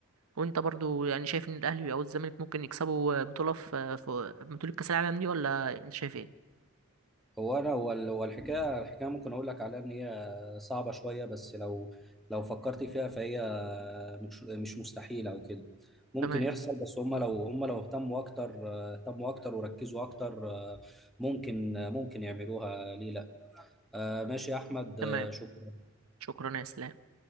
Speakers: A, on the right; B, in the centre.
A: وانت برضو يعني شايف ان الاهلي او الزمالك ممكن يكسبوا بطوله في في بطوله كاس العالم دي ولا انت شايف ايه
B: هو انا هو ال- هو الحكايه الحكايه ممكن اقول لك عليها ان هي صعبه شويه بس لو لو فكرت فيها فهي مش مش مستحيله او كده ممكن
A: تمام
B: يحصل بس هم لو هم لو اهتموا اكتر اهتموا اكتر وركزوا اكتر ممكن ممكن يعملوها ليه لا آه، ماشي يا احمد آه،
A: تمام
B: شكرا
A: شكرا يا اسلام